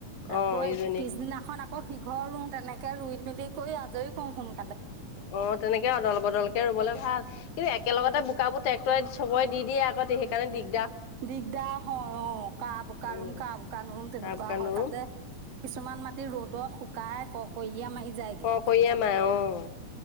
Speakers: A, on the right (about 60°); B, on the left (about 75°).
A: আকৌ
B: অ', ইজনী
A: পিছদিনাখন আকৌ অহ, সিঘৰ ৰুওঁ তেনেকে ৰুই মেলি কৰি আজৰি কও শুনো।
B: অহ, তেনেকে অদল- বদলকে ৰুবলে ভাল। কিন্তু একেলগতে বোকাবোৰ ট্ৰেক্টৰে থুব্ৰাই দি দিয়ে আকৌ সেইকাৰণে দিগ
A: দিগদাৰ হয় অহ কাহ বোকা
B: উম
A: ৰুম -কাহ বোক ৰুম তেনেকুৱা
B: কাৰ বোকা
A: হয়
B: নোৰুম
A: তাতে কিছুমান মাটি ৰ'দত শুকাই কৰকৰিয়া মাৰি যায়গে।
B: ককৈয়া মাৰে উম।